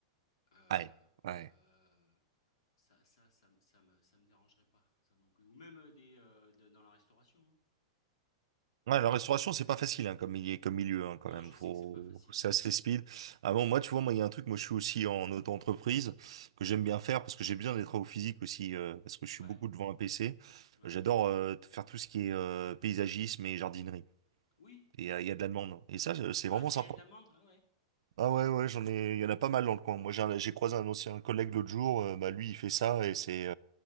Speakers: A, on the left; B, on the right.
A: Euh,
B: Ouais, ouais.
A: euh, ça, ça, ça, me- ça me, ça me dérangerait pas, ça non plus. Ou même euh, des euh, de- dans la restauration. hein.
B: Ouais, la restauration, c'est pas facile hein, comme, milieu- comme milieu, hein, quand
A: Non,
B: même.
A: je sais
B: Faut...
A: que c'est pas facile,
B: C'est
A: ouais.
B: assez speed. Ah bon, moi, tu vois, moi, il y a un truc, moi, je suis aussi en auto-entreprise, que j'aime bien faire, parce que j'ai besoin des travaux physiques aussi, euh, parce que je suis
A: Ouais,
B: beaucoup devant un PC.
A: ouais.
B: J'adore euh, faire tout ce qui est euh, paysagisme et jardinerie.
A: Oui.
B: Et euh, il y a de la demande. hein. Et ça, je- c'est
A: Ah,
B: vraiment
A: ça
B: sympa.
A: y a de l'amande? Ah ouais.
B: Ah ouais, ouais, j'en ai, il y en a pas mal dans le coin. Moi, j'ai un- j'ai croisé un ancien collègue l'autre jour, euh, bah, lui, il fait ça, et c'est...